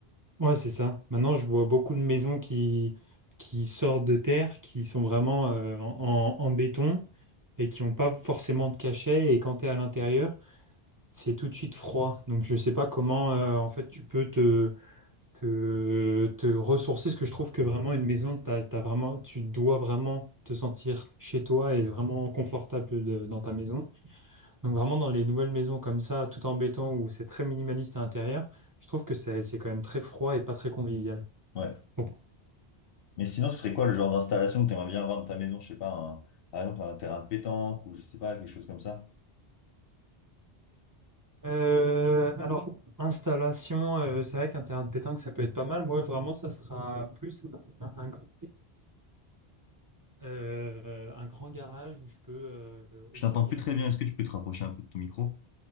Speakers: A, on the right; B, on the left.
A: Ouais, c'est ça. Maintenant, je vois beaucoup de maisons qui, qui sortent de terre, qui sont vraiment euh, en, en béton et qui n'ont pas forcément de cachet. Et quand tu es à l'intérieur, c'est tout de suite froid, donc je sais pas comment euh, en fait tu peux te, te, te ressourcer, parce que je trouve que vraiment une maison, t'as, t'as vraiment, tu dois vraiment te sentir chez toi et vraiment confortable de- dans ta maison. Donc vraiment dans les nouvelles maisons comme ça, tout en béton, où c'est très minimaliste à l'intérieur, je trouve que c'est c'est quand même très froid et pas très convivial.
B: Ouais.
A: Bon.
B: Mais sinon, ce serait quoi le genre d'installation que t'aimerais bien avoir dans ta maison? Je sais pas, un- par exemple, un terrain de pétanque ou je sais pas, quelque chose comme ça.
A: Euh, alors, installation, euh, c'est vrai qu'un terrain de pétanque, ça peut être pas mal. Moi, vraiment, ça sera plus un, un grand. euh, un grand garage où je peux euh,
B: Je
A: aussi
B: t'entends
A: bien.
B: plus très
A: sto-
B: bien. Est-ce que tu peux te rapprocher un peu de ton micro?